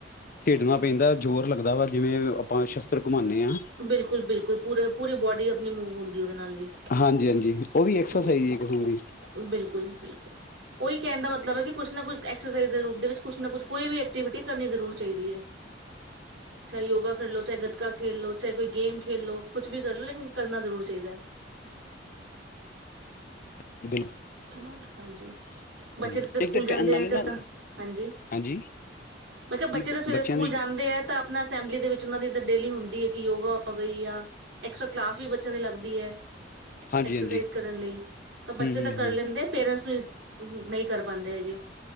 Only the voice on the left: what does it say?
ਖੇਡਣਾ ਪੈਂਦਾ ਜ਼ੋਰ ਲੱਗਦਾ ਵਾ ਜਿਵੇਂ ਆਪਾਂ ਸ਼ਸਤਰ ਘੁਮਾਉਂਦੇ ਹਾਂ
ਹਾਂਜੀ ਹਾਂਜੀ ਉਹ ਵੀ ਐਕਸਰਸਾਈਜ਼ ਇੱਕ ਕਿਸਮ ਦੀ
<unintelligible>
ਬਿਲਕੁਲ
ਇੱਕ ਤਾਂ
ਟੈਮ ਨਾਲੇ
ਨਾ
ਹਾਂਜੀ
ਕੀ
ਬੱਚਿਆਂ
ਹਾਂਜੀ
ਹਾਂਜੀ
ਹਮ ਹਮ
ਹਮ
ਹਮ